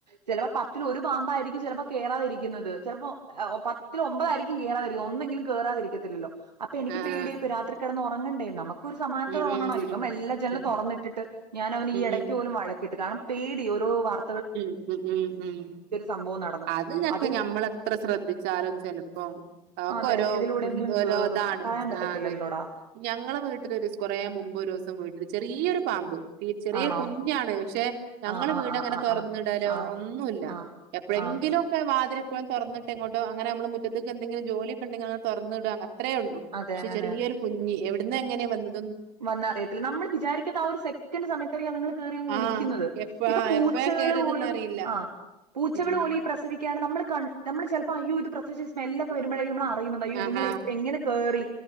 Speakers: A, on the right; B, on the right.
A: ചെലപ്പോ പത്തില് ഒരു പാമ്പായിരിക്കും ചെലപ്പോ കേറാതിരിക്കുന്നത് ചെലപ്പോ ആഹ് ഒ പത്തിലൊമ്പതായിരിക്കും കേറാതിരിക്കുക ഒന്നെങ്കിലും കേറാതിരിക്കത്തില്ലല്ലോ? അപ്പൊ എനിക്ക്
B: ആഹ്
A: പേടിയാപ്പൊ രാത്രി കെടന്ന് ഒറങ്ങണ്ടേ? നമുക്കും ഒരു സമാധാനത്തോടെ
B: ഉം
A: ഒറങ്ങണല്ലോ
B: ഉം ഉം
A: ഇവൻ മെല്ലെ എല്ലാ ജനലും
B: ഉം
A: തൊറന്നിട്ടിട്ട് അവൻ ഈ
B: ഉം
A: എടക്ക്
B: ഉം
A: പോലും വഴക്കിട്ട് കാരണം പേടി ഓരോ വർ
B: ഉം ഉം ഉം
A: സംഭവം നടന്ന്
B: അത് <unintelligible>
A: അതും
B: ഞമ്മള് എത്ര ശ്രദ്ധിച്ചാലും ചെലപ്പം ആക്കൊരോ
A: അതെ ഇതിലൂടെയെങ്കിലും
B: ഓരോ
A: കേറും
B: ഇതാണ്
A: പറയാൻ പറ്റത്തില്ലല്ലോടാ
B: ആഹ് അതെ. ഞങ്ങളെ വീട്ടില് ഒരു സം കൊറേ മുമ്പ് ഒരുസം വീട്ടില് ചെറിയൊരു പാമ്പ് തീ ചെറിയ
A: ആണോ
B: കുഞ്ഞാണ് പക്ഷെ ഞങ്ങള്
A: ആഹ് ആഹ്
B: വീടങ്ങനെ
A: ആഹ്
B: തൊറന്നിടലോ
A: ആഹ് ആഹ് ആഹ്
B: ഒന്നു ഇല്ല
A: ആഹ്
B: എപ്പളേങ്കിലും
A: ആഹ്
B: വാതില് എപ്പോഴും തൊറന്ന്ട്ട് എങ്ങോട്ടോ അങ്ങനെ നമ്മള് മുറ്റത്തേ എന്തങ്കിലും ജോലിയെക്കെണ്ടെങ്കി അങ്ങനെ തൊറന്നിടാ അത്രേള്ളൂ.
A: അതെ
B: പക്ഷെ
A: അതെ
B: ചെറിയൊരു കുഞ്ഞി എവിടന്നാ എങ്ങനെ വന്നത്
A: വന്നറിയത്തില്ല നമ്മള് വിചാരിക്കാത്ത ആ ഒരു സെക് ക്കെണ്ട സമയത്തായിരിക്കും അതുങ്ങള് കേറി അങ്ങ് ഒളിക്കുന്നത്
B: ആ എപ്പ
A: ഇപ്പ പൂച്ചകള്
B: എപ്പഴാ കേറിയതെന്ന്
A: പോലും
B: അറിയില്ല
A: ആഹ് പൂച്ചകള്
B: ഉം
A: പോലു ഈ പ്രസവിക്കാണ്ട് നമ്മള് കണ്ട് നമ്മള് ചെലപ്പോ അയ്യോ ഇത് പ്രസവിച്ച, സ്മെല്ലൊക്കെ വരുമ്പഴായിരിക്കും നമ്മൾ അറ <unintelligible> അയ്യോ
B: ആഹ്
A: ഇതുങ്ങള് എങ്ങനെ കേറി